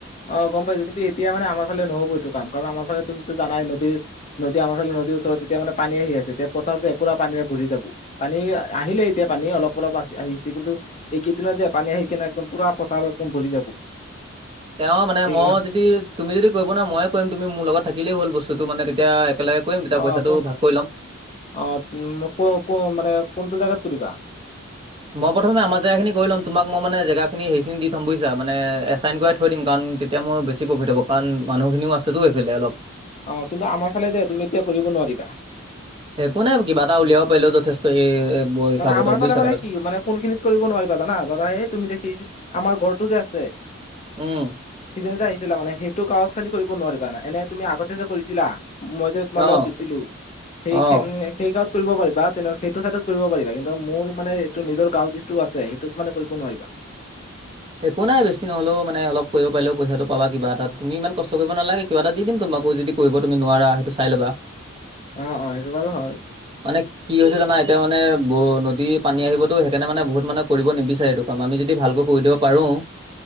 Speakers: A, on the left; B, on the right.
A: অ', গম পাইছো কিন্তু এতিয়া মানে আমাৰ ফালে নহ'ব এইটো কাম, কাৰণ আমাৰ ফালে তুমিটো জানাই নদীৰ নদী আমাৰ ফালে নদীৰ ওচৰত, এতিয়া মানে পানী আহি আছে, এতিয়া পথাৰতে এ পুৰা পানীৰে ভৰি যাব। পানী আহিলে এতিয়া পানী, অলপ- অলপ আহি আছে কিন্তু এইকেইদিনত যে পানী আহি কেনে একদম পুৰা পথাৰত একদম ভৰি যাব।
B: তেওঁ মানে
A: সেইকাৰণে
B: মই যদি তুমি যদি কৰিব নোৱাৰা ময়ে কৰিম তুমি মোৰ লগত থাকিলেই হ'ল বস্তুটো মানে তেতিয়া একেলগে কৰিম, তেতিয়া
A: অ
B: পইচাটো
A: ত
B: ভাগ কৰি ল'ম।
A: অ', উম, ক-ক মানে কোনটো জাগাত তুলিবা?
B: মই প্ৰথমে আমাৰ জেগা খিনি কৰি ল'ম। তোমাক মই মানে জেগাখিনি সেইখিনি দি থম বুজিছা? মানে এছাইন কৰাই থৈ দিম কাৰণ তেতিয়া মোৰ বেছি প্ৰফিট হ'ব কাৰণ মানুহখিনিও আছেতো এইফালে অলপ।
A: অ', কিন্তু আমাৰ ফালে যে তুমি এতিয়া কৰিব নোৱাৰিবা।
B: একো নাই কিবা এটা উলিয়াব পাৰিলেও যথেষ্ট। এ বাৰিষা
A: মানে
B: বতৰত
A: আমাৰ ফালে
B: বুজিছা
A: মানে
B: কথাটো?
A: কি মানে কোনখিনিত কৰিব নোৱাৰিবা জানা? ধৰা এই তুমি দেখি আমাৰ ঘৰটো যে আছে?
B: উম।
A: হিতেশ দা আহিছিলে মানে সেই তো গাঁৱত খালি কৰিব নোৱাৰিবা না। এনে তুমি আগতে যে কৰিছিলা? মই যে তোমাৰ
B: অ',
A: লগত দিছিলোঁ, সেই
B: অ'।
A: খে সেই গাওঁত কৰিব পাৰিবা। তেনেও সেইটো চাইডত কৰিব পাৰিবা। কিন্তু মোৰ মানে এইটো নিজৰ গাঁও যিটো আছে সেইটোত মানে কৰিব নোৱাৰিবা।
B: একো নাই বেছি নহ'লেও মানে অলপ কৰিব পাৰিলেও পইচাটো পাবা কিবা এটা। তুমি ইমান কষ্ট কৰিব নালাগে কিবা এটা দি দিম তোমাকো যদি কৰিব তুমি নোৱাৰা সেইটো চাই ল'বা।
A: অ', অ', সেইটো বাৰু হয়।
B: মানে কি হৈছে জানা, এতিয়া মানে ব নদী পানী আহিবতো সেইকাৰণে মানে বহুত মানুহে কৰিব নিবিচাৰে এইটো কাম, আমি যদি ভালকৈ কৰি দিয়ক পাৰোঁ,